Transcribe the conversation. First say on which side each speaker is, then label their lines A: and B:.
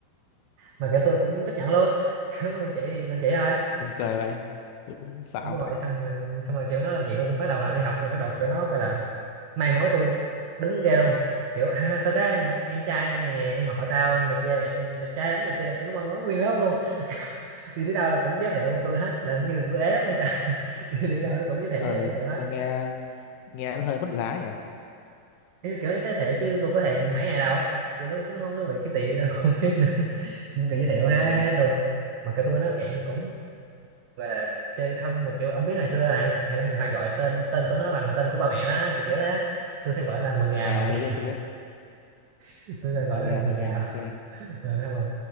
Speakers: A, on the right (about 85°); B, on the left (about 80°).
A: mà kiểu tôi cũng chấp nhận luôn <laughs> kiểu làm chị thì làm chị thôi
B: buồn cười vậy tôi cũng sợ ông
A: đúng rồi
B: thật
A: xong rồi xong rồi kiểu nó làm chị tôi bắt đầu là đi học rồi bắt đầu của nó gọi là mai mối tôi đúng ghê luôn kiểu à, tao có em trai này nè em họ tao này kia đẹp đẹp trai lắm này kia này kia nó mai mối nguyên lớp luôn <laughs> Kiểu, đi tới đâu là cũng giới thiệu tôi hết là như tôi ế lắm hay sao <laughs> đi, đi đâu nó cũng giới thiệu
B: ờ
A: giới thiệu giới thiệu
B: sao
A: hết
B: nghe nghe nó hơi mất giá nhỉ
A: Ý là kiểu nó giới thiệu chứ tôi có thèm mấy ngày đâu kiểu nó cũng không nó bị cái gì tôi không biết nữa <laughs> nhưng kiểu giới thiệu
B: ừ.
A: hết, hết luôn mà cái tôi nó dạng cũng gọi là chơi thân mà kiểu ông biết hồi xưa này hay, hay, hay gọi tên tên của nó bằng tên của ba mẹ nó kiểu kiểu thế tôi sẽ gọi nó là mười gà
B: à
A: mười gà
B: tôi biết tôi biết
A: <laughs> tôi sẽ gọi
B: mời gà
A: nó là mười
B: mời
A: gà
B: gà ok
A: Ờ, xong rồi